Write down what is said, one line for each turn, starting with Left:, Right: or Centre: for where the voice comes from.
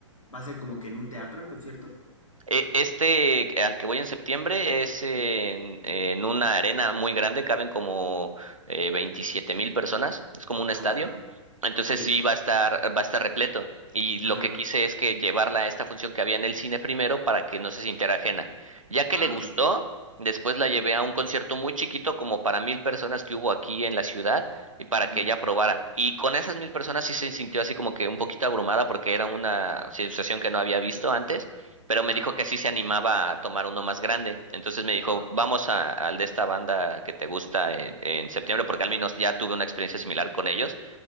Left: ¿Va a ser como que en un teatro el concierto?
Right: E- Este al que voy en septiembre es en,
Left: Sí.
Right: en una arena muy grande, caben como eh, 27 mil personas, es como un estadio.
Left: Ah, wow.
Right: Entonces
Left: Ok.
Right: sí va a estar, va a estar repleto. Y lo
Left: Ajá.
Right: que quise es que llevarla a esta función que había en el cine primero para que no se sintiera ajena. Ya que
Left: Ah,
Right: le gustó,
Left: ok.
Right: después la llevé a un concierto muy chiquito, como para mil personas que hubo aquí en la ciudad, y para
Left: Ujú.
Right: que ella probara. Y con esas mil personas sí se sintió así como que un poquito abrumada porque era una situación que no había visto antes pero
Left: Ajá.
Right: me dijo que sí se animaba a tomar uno más grande. Entonces me dijo,
Left: Wow.
Right: vamos a- al de esta banda que te gusta en, en septiembre, porque al menos ya tuve una experiencia similar con ellos